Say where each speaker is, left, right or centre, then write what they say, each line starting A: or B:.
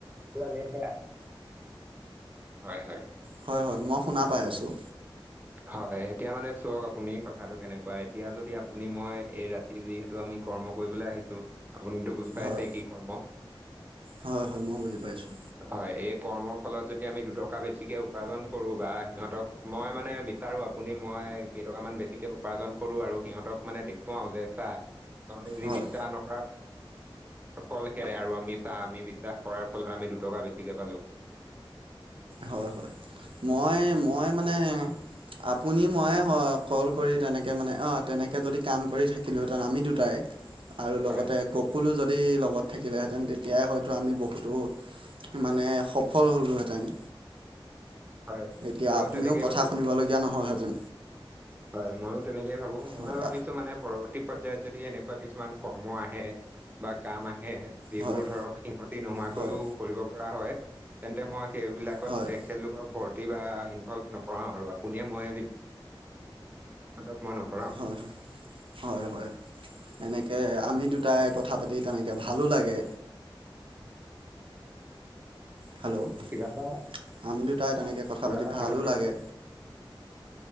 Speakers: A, on the right; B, on the right.
A: লৈ নিদিয়া। হয় হয়।
B: হয় হয় মই শুনা পাই আছোঁ।
A: হয় এতিয়া মানে চোৱক আপুনি কথাটো কেনেকুৱা, এতিয়া যদি আপুনি মই এই ৰা যিহেতু আমি কৰ্ম কৰিবলৈ আহিছো, আপুনিতো বুজি পাইছেই
B: হয়
A: কি কৰ্ম?
B: হয় হয় মই বুজি পাইছোঁ।
A: হয় এই কৰ্মৰ ফলত যদি আমি দুটকা বেছিকে উপাৰ্জন কৰো বা সিহঁতক মই মানে বিচাৰো আপুনি মই কেইটকামান বেছিকে উপাৰ্জন কৰো আৰু সিহঁতক মানে দেখুৱাও যে চা, তহঁতি যদি
B: হয়
A: বিস্তাৰ নক ফল খেৰে আৰু আমি চা, আমি বিশ্বাস কৰাৰ ফলত আমি দুটকা বেছিকে পালো।
B: হয় হয়। মই মই মানে আপুনি মই হ কল কৰি তেনেকে মানে অ'। তেনেকে যদি কাম কৰি থাকিলোঁহেঁতেন আমি দুটাই আৰু লগতে
A: হয়
B: গ সকলো যদি লগত থাকিলেহেঁতেন, তেতিয়াই হয়তো আমি বহুতো মানে সফল হলোহেঁতেন।
A: হয়
B: এতিয়া
A: ময়ো
B: আপুনিও
A: তেনেকেই
B: কথা
A: ভাবো
B: শুনিবলগীয়া নহ'লহেঁতেন।
A: হয় ময়ো তেনেকেই ভাবো, ময়ে
B: হয়
A: ভাবিছো মানে পৰৱৰ্তী পৰ্যায়ত যদি এনেকুৱা কিছুমান কৰ্ম আহে বা কাম আহে যিবোৰ
B: হয়
A: ধৰক সিহতি নোহোৱাকৈও
B: হয়
A: কৰিব পৰা হয় তেন্তে মই সেইবিলাকত
B: হয়
A: খেল লোকক ভৰ্তি বা ইনভল্ভ নকৰাও আৰু আপুনিয়ে মই আজি তহঁতক মই নকৰা
B: হয় হয়, হয় হয়। এনেকে আমি দুটাই কথা পাতি তেনেকৈ ভালো লাগে। হেল্ল!
A: কিবা এটা
B: ' আমি দুটাই তেনেকে কথা
A: কিবা
B: পাতি
A: এটা
B: ভালো
A: কিবা ধৰক
B: লাগে।